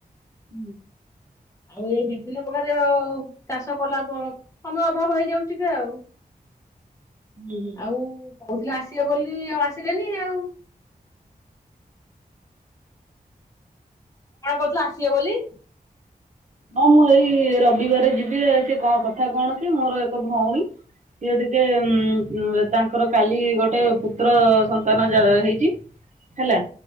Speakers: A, on the right; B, on the left.
A: ହୁଁ
B: ଆଉ ଏ ବିଭିନ୍ନ ପ୍ରକାର ଚାଷ କଲା ସମୟ ଅଭାବ ହେଇଯାଉ ଟିକେ ଆଉ।
A: ହୁଁ ହୁଁ
B: ହ କହୁଥିଲି ଆସିବେ ବୋଲି ଆଉ ଆସିଲେନି ଆଉ? କଣ କହୁଥିଲ ଆସିବ ବୋଲି?
A: ହଁ ମୁଁ ଏଇ ରବିବାର ଯିବି ସେ କଣ କଥା କଣ କି ମୋର ଏକ ଭଉଣୀ ସିଏ ଟିକେ ଉଁ ତାଙ୍କର କାଲି ଗୋଟେ ପୁତ୍ର ସନ୍ତାନ ଜ ହେଇଛି। ହେଲା